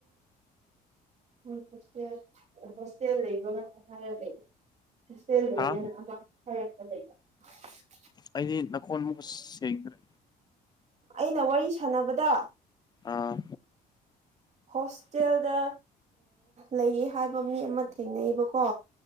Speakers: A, on the right (about 45°); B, on the left (about 25°).
A: ꯎꯝ <unintelligible> ꯍꯣꯁꯇꯦꯜ ꯂꯩꯕ ꯂꯩ ꯍꯣꯁꯇꯦꯜꯗ
B: ꯍꯥ
A: <unintelligible>
B: ꯑꯩꯗꯤ ꯅꯀꯣꯟꯕꯨ ꯁꯦꯡꯗ꯭ꯔꯦ
A: ꯑꯩꯅ ꯋꯥꯔꯤ ꯁꯥꯟꯅꯕꯗ
B: ꯑꯥ
A: ꯍꯣꯁꯇꯦꯜꯗ ꯂꯩꯌꯦ ꯍꯥꯏꯕ ꯃꯤ ꯑꯃ ꯊꯦꯡꯅꯩꯕꯀꯣ